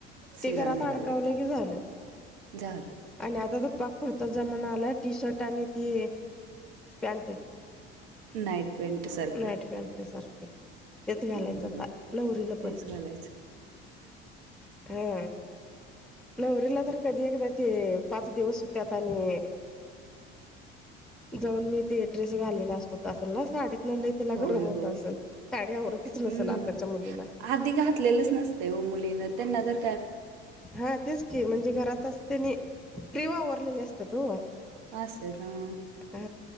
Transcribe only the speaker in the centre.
ते
घरात
अडकावलं की झालं.
आणि आता तर पाग पुुरचा जमाना आला टी शर्ट आणि त पॅन्ट.
नाईट पॅन्ट सारखे तेच घालायचं
आता नवरी न
पण
हा नवरीला तर कधी एकदा ते पाच दिवस होत. आणि जाऊन मी तेट्रेस घालेला असत. असेल ना साडीत न तिला
गरम होत
असेल साडी आवरतच नसेल.
आताच्या मुलीला
हा तेच की म्हणजे घरातच त्यांनी फ्रीवाओरलेले असतात त हो.
हा